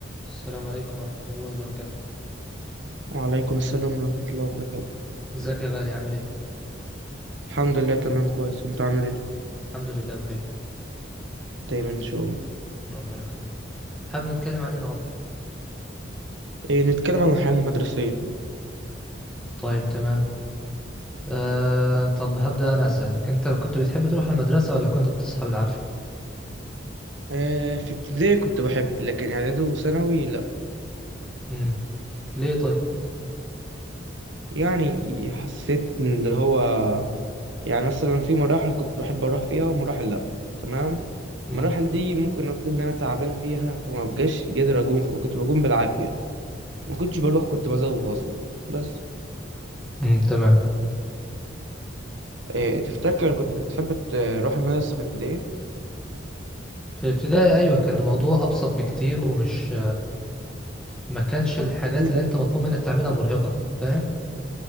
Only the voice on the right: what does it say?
وعليكم السلام ورحمة الله وبركاته
الحمد لله تمام كويس انت عامل ايه
دايما ان شاء الله
إيه نتكلم عن الحياة المدرسية
إيه في ابتدائي كنت بحب لكن اعدادي وثانوي لا
يعني حسيت اللي هو يعني مثلا في مراحل كنت بحب اروح فيها ومراحل لا تمام
المراحل دي ممكن اكون ان انا تعبان فيها فما بقاش قادر اقوم فكنت بقوم بالعافية ما كنتش بروح كنت بزوغ اصلا بس
إيه تفتكر كنت بتحب تروح المدرسة في ابتدائي
مفيش
ضغط